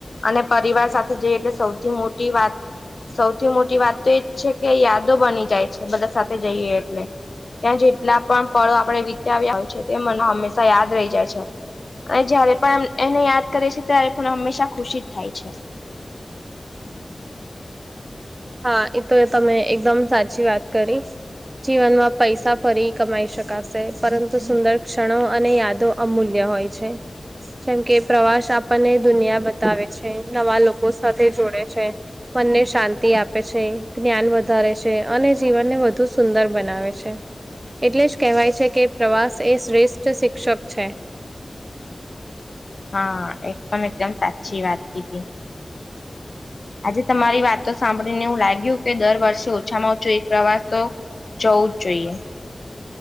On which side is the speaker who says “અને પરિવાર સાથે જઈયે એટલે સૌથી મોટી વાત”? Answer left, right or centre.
Left